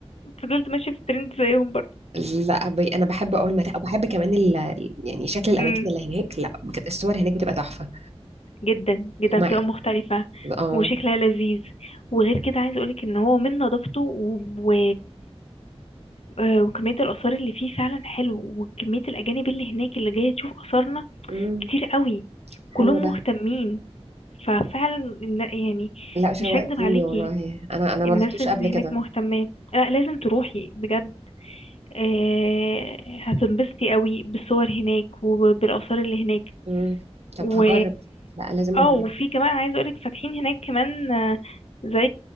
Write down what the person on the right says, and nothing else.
لا بي... انا بحب اول ما وبحب كمان ال... يعني شكل الاماكن
اللي هناك لا بجد الصور هناك بتبقى تحفه
ومع
اه
امم
حلو ده
لا شوقتيني
والله انا انا
ما رحتوش
قبل كده
امم طب
هجرب لا لازم
اجرب